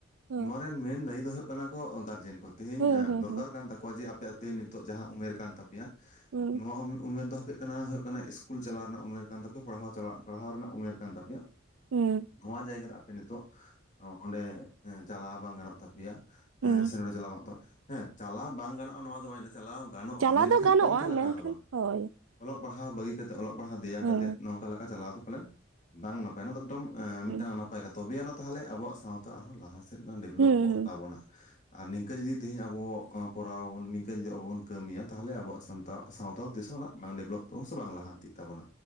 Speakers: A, on the right; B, on the left.
A: ᱦᱩᱸ
B: ᱱᱚᱣᱟ ᱨᱮᱱ ᱢᱮᱱ ᱫᱟᱹᱭᱤ ᱫᱚ ᱦᱩᱭᱩᱜ ᱠᱟᱱᱟ ᱠᱚ ᱜᱟᱨᱡᱮᱱ ᱠᱚ ᱛᱮᱦᱤᱧ
A: ᱦᱩᱸ
B: ᱮᱸ
A: ᱦᱩᱸ
B: ᱫᱚᱨᱠᱟᱨ
A: ᱦᱩᱸ
B: ᱠᱟᱱ ᱛᱟᱠᱚᱣᱟ ᱡᱮ ᱟᱯᱮ ᱛᱮᱦᱮᱧ ᱱᱤᱛᱚᱜ ᱡᱟᱦᱟᱸ ᱩᱢᱮᱨ ᱠᱟᱱ ᱛᱟᱯᱮᱭᱟ,
A: ᱦᱩᱸ
B: ᱱᱚᱣᱟ ᱩᱢ-ᱩᱢᱮᱨ ᱫᱚ ᱦᱟᱯᱮ ᱠᱟᱱᱟ ᱠᱟᱱᱟ ᱤᱥᱠᱩᱞ ᱪᱟᱞᱟᱣ ᱨᱮᱱᱟᱜ ᱩᱢᱮᱨ ᱠᱟᱱ ᱛᱟᱯᱮᱭᱟ ᱯᱟᱲᱦᱟᱣ ᱪᱟᱞᱟᱜ ᱯᱟᱲᱦᱟᱣ ᱨᱮᱱᱟᱜ ᱩᱢᱮᱨ ᱠᱟᱱ ᱛᱟᱯᱮᱭᱟ᱾
A: ᱦᱩᱸ
B: ᱱᱚᱣᱟ ᱡᱟᱭᱜᱟ ᱨᱮ ᱯᱮ ᱱᱤᱛᱚᱜ ᱚᱸ ᱚᱸᱰᱮ ᱮᱸ ᱪᱟᱞᱟᱣ ᱵᱟᱝ ᱜᱟᱱᱚᱜ ᱛᱟᱯᱮᱭᱟ
A: ᱦᱩᱸ
B: ᱮᱸ ᱥᱮ ᱱᱚᱸᱰᱮ ᱪᱟᱞᱟᱣ <inaudible> ᱦᱮᱸ ᱪᱟᱞᱟᱣ ᱵᱟᱝ ᱜᱟᱱᱚᱜᱼᱟ ᱱᱚᱣᱟ ᱫᱚ ᱵᱟᱧ ᱞᱟᱹᱭᱫᱟ ᱪᱟᱞᱟᱣ ᱜᱟᱱᱚᱜᱼᱟ
A: ᱪᱟᱞᱟᱣ
B: ᱢᱮᱱᱠᱷᱟᱱ
A: ᱫᱚ ᱜᱟᱱᱚᱜᱼᱟ
B: ᱚᱝᱠᱟ ᱞᱮᱠᱟ
A: ᱢᱮᱱᱠᱷᱟᱱ
B: ᱫᱚ ᱵᱟᱝ᱾
A: ᱦᱳᱭ
B: ᱚᱞᱚᱜ ᱯᱟᱲᱦᱟᱣ ᱵᱟᱹᱜᱤ ᱠᱟᱛᱮᱫ ᱚᱞᱚᱜ ᱯᱟᱲᱦᱟᱣ ᱫᱮᱭᱟ
A: ᱦᱩᱸ
B: ᱠᱟᱛᱮᱫ ᱱᱚᱝᱠᱟ ᱞᱮᱠᱟ ᱪᱟᱞᱟᱣ ᱫᱚ ᱯᱟᱞᱮᱱ ᱵᱟᱝ ᱱᱟᱯᱟᱭᱟ ᱱᱚᱣᱟ ᱮᱠᱫᱚᱢ ᱮᱸ ᱢᱤᱫᱴᱟᱝ
A: ᱦᱩᱸ
B: ᱱᱟᱯ ᱯᱟᱭ ᱛᱚᱵᱮ ᱟᱭᱮᱱᱟ ᱛᱟᱦᱚᱞᱮ ᱟᱵᱚᱣᱟᱜ ᱥᱟᱶᱛᱟ ᱟᱨᱦᱚᱸ ᱞᱟᱦᱟ ᱥᱮᱫ ᱰᱮᱵᱷᱞᱚᱯᱚᱜ
A: ᱦᱩᱸ ᱦᱩᱸ
B: ᱛᱟᱵᱚᱱᱟ᱾ ᱟᱨ ᱱᱤᱝᱠᱟᱹ ᱡᱩᱫᱤ ᱛᱮᱦᱮᱧ ᱟᱵᱚ ᱚᱸ ᱠᱚᱨᱟᱣᱟᱵᱚᱱ ᱱᱤᱝᱠᱟᱹ ᱡᱩᱫᱤ ᱟᱵᱚ ᱵᱚᱱ ᱠᱟᱹᱢᱤᱭᱟ ᱛᱟᱦᱚᱞᱮ ᱟᱵᱚᱣᱟᱜ ᱥᱟᱱᱛᱟ ᱥᱟᱶᱛᱟ ᱛᱤᱥᱚᱱᱟᱜ ᱵᱟᱝ ᱰᱮᱵᱷᱞᱚᱯ ᱛᱚ ᱥᱮ ᱵᱟᱝ ᱞᱟᱦᱟᱱᱛᱤᱜ ᱛᱟᱵᱚᱱᱟ᱾